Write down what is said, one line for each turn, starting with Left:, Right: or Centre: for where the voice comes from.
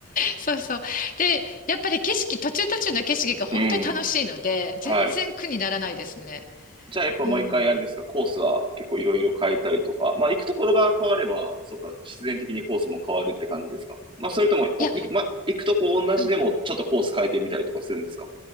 Left: そうそう。で、やっぱり景色、途中途中の景色が本当に楽しいので、
Right: うん。
Left: 全然苦にならないですね。
Right: はい。じゃあやっぱ毎回あれですか、
Left: うん。
Right: コースは結構いろいろ変えたりとか、まあ行くところが変われば、そうか、必然的にコースも変わるって感じですか。まあそれとも、おい、
Left: いや、
Right: まあ行くとこ同じでもちょっとコース変えてみたりとかするんですか。
Left: うん